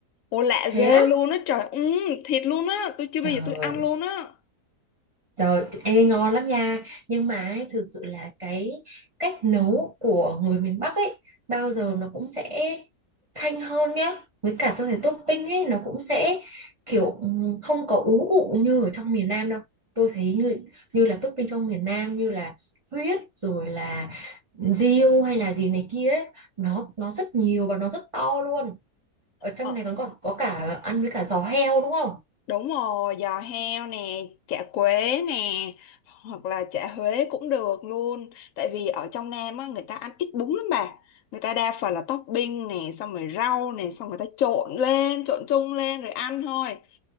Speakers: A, on the left; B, on the right.
A: Ồ lạ
B: Thế
A: ghê
B: á?
A: luôn á trời ừ, Thịt luôn á Tôi chưa
B: Trời
A: bao giờ tôi ăn luôn á
B: Trời, ê, ngon lắm nha. Nhưng mà ấy, thực sự là cái cách nấu của người miền Bắc ấy bao giờ nó cũng sẽ thanh hơn nhá. Với cả tôi thấy topping ấy nó cũng sẽ kiểu ừm, không có ú ụ như ở trong miền Nam đâu. Tôi thấy như như là topping trong miền Nam như là huyết rồi là riêu hay là gì này kia ấy, nó nó rất nhiều và nó rất to luôn. Ở trong
A: ờ,
B: này còn có có cả ăn với cả giò heo đúng không?
A: Đúng rồi giò heo nè Chả quế nè Hoặc là chả Huế cũng được luôn Tại vì ở trong Nam á Người ta ăn ít bún lắm bà Người ta đa phần là topping nè Xong rồi rau nè Xong người ta trộn lên Trộn chung lên rồi ăn thôi